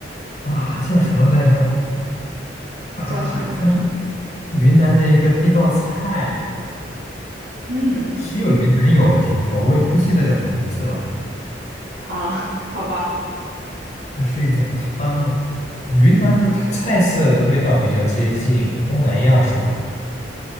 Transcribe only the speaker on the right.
叫什么？
嗯，
啊，<laughs> 好吧。